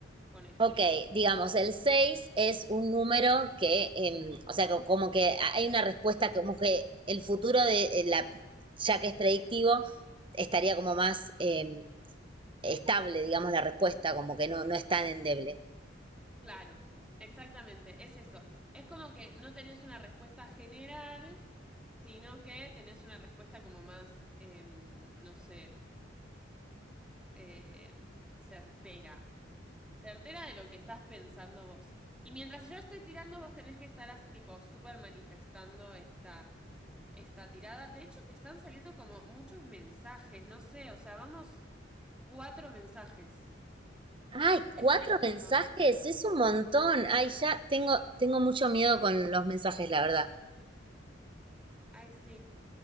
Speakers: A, in the centre; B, on the right.
A: con esto.
B: Ok, digamos, el 6 es un número que, em, o sea, co- como que hay una respuesta como que el futuro de eh, la, ya que es predictivo, estaría como más em, estable, digamos, la respuesta, como que no, no es tan endeble.
A: Claro, exactamente. Es eso. Es como que no tenés una respuesta general, sino que tenés una respuesta como más, em, no sé, em, certera. certera de lo que estás pensando vos. Y mientras yo estoy tirando, vos tenés que estar tipo súper manifestando esta, esta tirada. De hecho, te están saliendo como muchos mensajes, no sé, o sea, vamos cuatro mensajes.
B: Ay,
A: Es
B: cuatro
A: rarísimo.
B: mensajes, es un montón. Ay, ya tengo, tengo mucho miedo con los mensajes, la verdad.
A: Ay, sí,